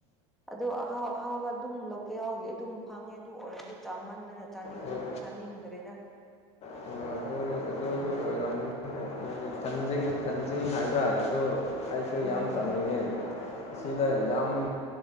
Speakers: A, in the centre; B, on the left.
A: ꯑꯗꯨ ꯑꯍꯥꯎ ꯑꯍꯥꯎꯕ ꯑꯗꯨꯝ ꯂꯣꯀꯦꯜꯒꯤ ꯑꯗꯨꯝ ꯐꯪꯉꯦ ꯑꯗꯨ ꯑꯣꯏꯔꯁꯨ ꯆꯥꯃꯟꯗꯅ ꯆꯥꯅꯤꯡ
B: ꯍꯣꯏ
A: ꯆꯅꯤ ꯍ ꯏꯤꯡꯗ꯭ꯔꯦꯒ
B: <unintelligible> ꯍꯥꯏꯗꯤ ꯊꯟꯖꯤꯡ ꯊꯟꯖꯤꯡ ꯍꯥꯏꯕ꯭ꯔꯥ ꯑꯗꯣ ꯑꯩꯁꯨ
A: ꯎꯝ
B: ꯌꯥꯝ ꯆꯥꯅꯤꯡꯉꯦ ꯁꯤꯗ ꯌꯥꯝ